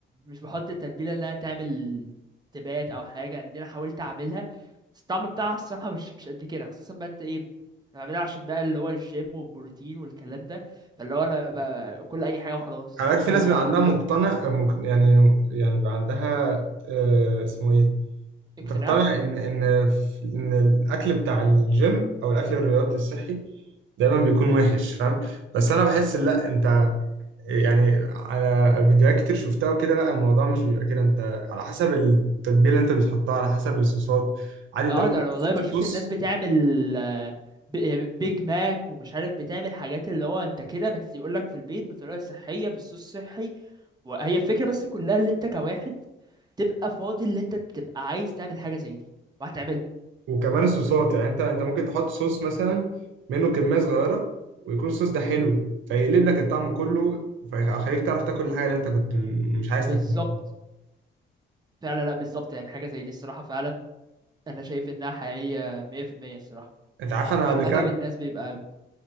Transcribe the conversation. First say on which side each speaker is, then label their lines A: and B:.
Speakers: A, on the right; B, on the right.
A: مش بحط التتبيله انها تعمل تبات او حاجه يعني دي انا حاولت اعملها بس الطعم بتاعها الصراحه مش مش قد كده خصوصا بقى انت ايه انا بعملها عشان بقى اللي هو الجيم والبروتين والكلام ده فاللي هو انا ب- كل اي حاجه وخلاص
B: خلي بالك في
A: كلها
B: ناس بيبقى
A: يلا
B: عندها
A: كلها
B: مقتنع مق- يعني يعني بيبقى عندها آه، اسمه ايه بتقتنع
A: اقتناع
B: ان ان في- ان الاكل بتاع الجيم او الاكل الرياضي الصحي دايما بيكون وحش فاهم بس انا بحس لا انت يعني على فيديوهات كتير شفتها وكده لا الموضوع مش بيبقى كده انت على حسب التتبيله اللي انت بتحطها على حسب الصوصات عادي انت
A: اه
B: ممكن
A: ده انا والله
B: تحط
A: بشوف
B: صوص
A: الناس بتعمل آه، ب- بيج ماك ومش عارف بتعمل حاجات اللي هو انت كده بس يقولك في البيت بطريقة صحية بالصوص الصحي وهي الفكرة بس كلها اللي انت كواحد تبقى فاضي اللي انت تبقى عايز تعمل حاجة زي دي وهتعملها
B: وكمان الصوصات يعني انت انت ممكن تحط صوص مثلا منه كميه صغيره ويكون الصوص ده حلو فيقلب لك الطعم كله فيخليك تعرف تاكل الحاجه اللي انت كنت م- مش عايز
A: بالظبط
B: تاكلها
A: فعلا لا بالظبط يعني حاجة زي دي الصراحة فعلا انا شايف انها حقيقية 100% الصراحة
B: انت عارف انا
A: عشان
B: قبل
A: اغلب
B: كده
A: الناس بيبقى